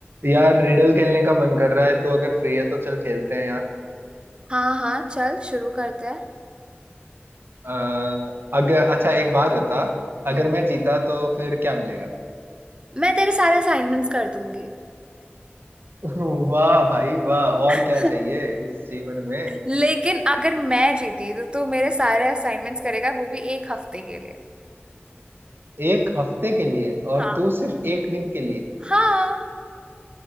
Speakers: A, on the right; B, on the right.
A: यार रिडल खेलने का मन कर रहा है तो अगर फ्री है तो चल खेलते हैं यार
B: हाँ हाँ चल शुरू करते हैं
A: आ, अगर अच्छा एक बात बता अगर
B: हम्म,
A: मैं जीता तो फिर क्या मिलेगा
B: मैं तेरे सारे असाइनमेंट्स कर दूंगी
A: <laughs> वाह भाई वाह और
B: <laughs>
A: क्या चाहिए इस जीवन में
B: लेकिन अगर मैं जीती तो तू मेरे सारे असाइनमेंट्स करेगा वो भी एक हफ्ते के लिए
A: एक हफ्ते के लिए और
B: हाँ
A: तू सिर्फ एक दिन के लिए
B: हाँ